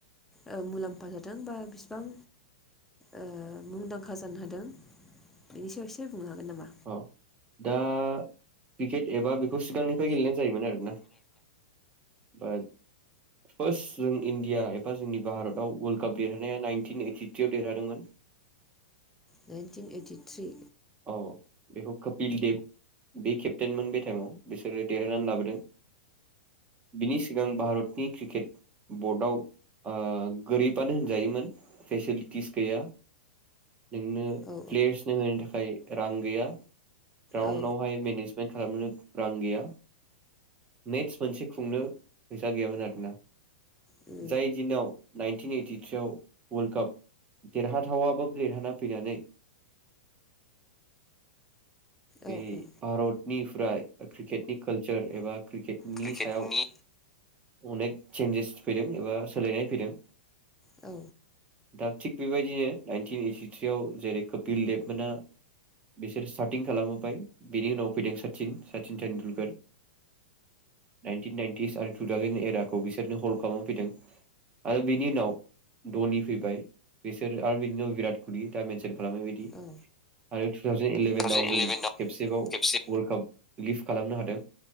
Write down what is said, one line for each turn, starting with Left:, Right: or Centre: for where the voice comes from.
Centre: ओ मुलाम्फा जादों बा बिसेबां ओ मुंदांखा जानो हादों बेनि सायाव एसे बुंनो हागोन नामा?
Right: औ दा क्रिकेट एबा बेखौ सिगांनिफ्राय गेलेनाय जायोमोन आरोना। दा फार्स्ट जों इण्डिया एबा जोंनि भारतआव वर्ल्ड काप देरहानाया नाइनटिन ओइटिथ्रियाव देरहादोंमोन।
Centre: नाइनटिन ओइटि थ्रि
Right: औ बेखौ कपिल देब बे केप्टेनमोन बे टाइमाव बिसोरो देरहानानै लाबोदों बिनि सिगां भारतनि क्रिकेट बर्डआव ओ गोरिबानो होनजायोमोन फेसिलि टिस गैया नोंनो
Centre: औ
Right: प्लेस <unintelligible> थाखा खाय रां गैया। ग्राउनाव
Centre: औ
Right: हाय मेनेस मेन्ट खालामनो रां गैया मेटस मोनसे खुंनो फैसा गैयामोन आरोना।
Centre: औ
Right: जाय दिनाव नाइनटिन ओइटिथ्रिआव वर्ल्ड काप देरहाथावाबाबो देरहाना फैनानै बे
Centre: औ औ
Right: भारत निफ्राय क्रिकेटनि कालचार एबा क्रिकेटनि
Centre: क्रिकेटनि
Right: सायाव अनेक चेन्जेस फैदों एबा सोलायनाय फैदों
Centre: औ
Right: दा थिग बेबायदिनो नाइनटिन ओइटिथ्रियाव जेरै कपिल देबमोना बिसोर सार्टिं खालामोबबाय बिनि उनाव फैदों सचिन सचिन तटेन्डुलकार नाइनटिन नाइनन्टिस आरो टु थावजेन एराखौ बिसोरनो हल्ड खालामना फैदों आरो बिनि उनाव धनि फैबाय बिसोर आरो बिनि उनाव भराट कलि दा मोनसे खालामनाय बायदि
Centre: औ
Right: आरो थु थावजेन इलेभेनाव
Centre: थावजेन
Right: जों
Centre: इलेभेनाव
Right: खेबसेबाव
Centre: खेबसे
Right: वर्ल्ड काप लिफ खालामनो हादों।